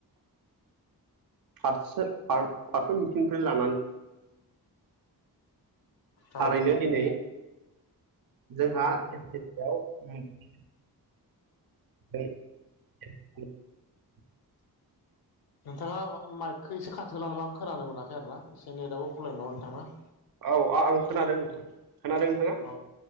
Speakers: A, on the right (about 65°); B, on the left (about 75°).
A: फारसे फारफ्रोम बिथिंनिफ्राय लानानै
B: औ
A: थारैनो दिनै जोंहा <unintelligible> <unintelligible>
B: नोंथाङा माइकखौ एसे खाथिवला नामा आं खोनानो मोनाखै आरो ना एसे नेटाबबो प्रब्लेम नामा नोंथांना
A: औ आं खोनादों नोंथां खोनादों नोंथाङा
B: औ